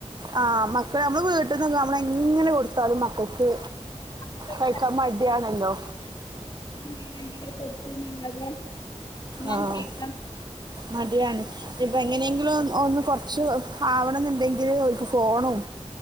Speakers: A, on the right (about 35°); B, on the left (about 35°).
A: ആ മക്കൾ നമ്മളെ വീട്ടിന്ന് ന്നൊന്നും നമ്മൾ എങ്ങനെ കൊടുത്താലും ഓക്ക്
B: നമ്മളെ
A: കഴിക്കാ മട്യാണല്ലോ
B: <unintelligible> ഞാൻ
A: ആഹ്
B: കഴിക്കാൻ
A: മടിയാണ് ഇഞ്ഞ്പ്പ എങ്ങനെയെങ്കിലും ഒന്ന് ക്ഷു ആവണന്ന്ണ്ടെങ്കില് ഓൽക്ക് ഫോണും